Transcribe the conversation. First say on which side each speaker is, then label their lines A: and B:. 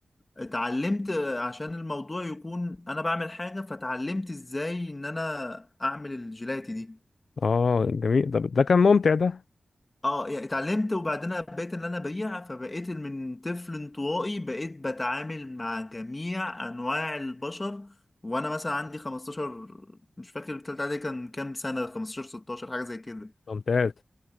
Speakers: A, on the left (about 25°); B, on the left (about 70°).
A: اتعلمت آه، عشان الموضوع يكون انا بعمل حاجه فتعلمت ازاي ان انا اعمل الجيلاتي دي
B: اه جميل ده ده كان ممتع ده
A: اه يعني اتعلمت وبعدين بقيت ان انا ابيع فبقيت من طفل انطوائي بقيت بتعامل مع جميع انواع البشر وانا مثلا عندي 15 مش فاكر التالتة دي كان كام سنه 15 16 حاجه زي كده
B: ممتاز